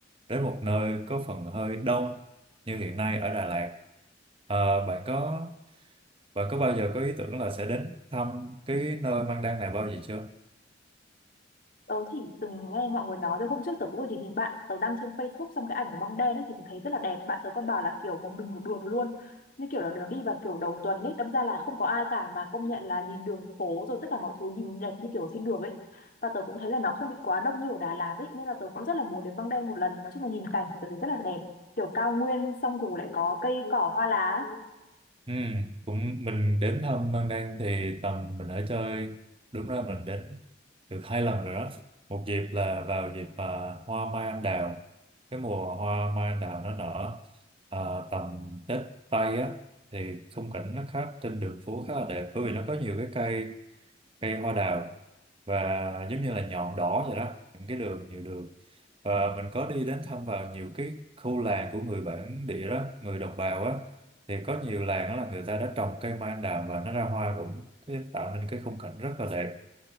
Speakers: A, on the right; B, on the left.
A: đến một nơi có phần hơi đông như hiện nay ở Đà Lạt Ờ, bạn có bạn có bao giờ có ý tưởng là sẽ đến thăm cái nơi Mang Đan này bao giờ chưa?
B: tớ chỉ từng nghe mọi người nói thôi hôm trước tớ cũng vừa nhìn thấy bạn tớ đăng trên Facebook xong cái ảnh của măng đen ấy thì tớ thấy rất là đẹp bạn tớ còn bảo là kiểu một mình một đường luôn như kiểu là đường đi vào kiểu đầu tuần ấy đâm ra là không có ai cả mà công nhận là nhìn đường phố rồi tất cả mọi thứ nhìn đẹp như kiểu ở trên đường ấy và tớ cũng thấy là nó không bị quá đông như ở Đà Lạt ấy nên là tớ cũng rất là muốn đến măng đen một lần nói chung là nhìn cảnh thì tớ thấy rất là đẹp kiểu cao nguyên xong rồi lại có cây cỏ hoa lá
A: Ừ, cũng mình đến thăm Mang Đan thì tầm mình ở chơi đúng ra mình đến được hai lần rồi đó. Một dịp là vào dịp à, hoa mai anh đào, cái mùa hoa mai anh đào nó nở à, tầm Tết Tây á thì khung cảnh nó khác trên đường phố khá là đẹp bởi vì nó có nhiều cái cây cây hoa đào và giống như là nhọn đỏ vậy đó những cái đường nhiều đường và mình có đi đến thăm vào nhiều cái khu làng của người bản địa đó người đồng bào á thì có nhiều làng đó là người ta đã trồng cây mai anh đào và nó ra hoa cũng cái- tạo nên cái khung cảnh rất là đẹp